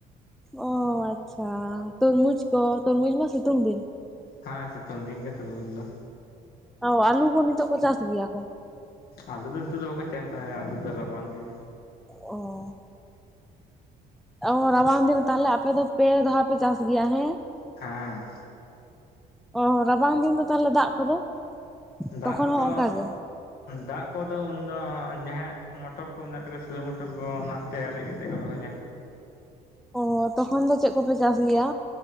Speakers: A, in the centre; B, on the left.
A: ᱚ ᱟᱪᱪᱷᱟ, ᱛᱚᱨᱢᱩᱡᱽ ᱠᱚ, ᱛᱚᱨᱢᱩᱡᱽ ᱢᱟ ᱥᱤᱛᱩᱝ ᱫᱤᱱ!
B: ᱦᱮᱸᱻ, ᱥᱤᱛᱩᱱ ᱫᱤᱝ ᱜᱮ ᱛᱩᱨᱵᱩᱡ ᱫᱚ᱾
A: ᱚ ᱟᱞᱩ ᱠᱚ ᱱᱤᱛᱚᱜ ᱠᱚ ᱪᱟᱥ ᱜᱮᱭᱟ ᱠᱚ?
B: ᱟᱞᱩ ᱫᱚ ᱣᱳᱛᱚᱜ ᱫᱚ ᱵᱟᱠᱚ ᱪᱟᱥᱟ, ᱟᱞᱩ ᱫᱚ ᱨᱟᱵᱟᱝ ᱫᱤᱱ᱾
A: ᱚᱻ᱾ ᱚᱻ ᱨᱟᱵᱟᱝ ᱫᱤᱱ ᱛᱟᱦᱞᱮ ᱟᱯᱮ ᱫᱚ ᱯᱮ ᱫᱷᱟᱣ ᱯᱮ ᱪᱟᱥ ᱜᱮᱭᱟ ᱦᱮᱸ?
B: ᱦᱮᱸ᱾
A: ᱚ ᱨᱟᱵᱟᱝ ᱫᱤᱱ ᱫᱚ ᱛᱟᱦᱞᱮ ᱫᱟᱜ ᱠᱚᱫᱚ?
B: ᱫᱟᱜ
A: ᱛᱚᱠᱷᱚᱱ
B: ᱠᱚᱫᱚ?
A: ᱦᱚᱸ ᱚᱱᱠᱟ ᱜᱮ
B: ᱫᱟᱜ ᱠᱚᱫᱚ ᱩᱱᱫᱚ ᱡᱟᱦᱟᱸᱭᱟᱜ ᱢᱚᱴᱚᱨ ᱠᱚ ᱢᱮᱱᱟᱜ ᱛᱟᱠᱚ ᱥᱮᱞᱚ ᱢᱚᱴᱚᱨ ᱠᱚ ᱚᱱᱟᱛᱮ ᱟᱨᱮᱡ ᱠᱟᱛᱮᱜ ᱠᱚ ᱨᱚᱦᱚᱭᱟ᱾
A: ᱚ ᱛᱚᱠᱷᱚᱱ ᱫᱚ ᱪᱮᱜ ᱠᱚᱯᱮ ᱪᱟᱥ ᱜᱮᱭᱟ?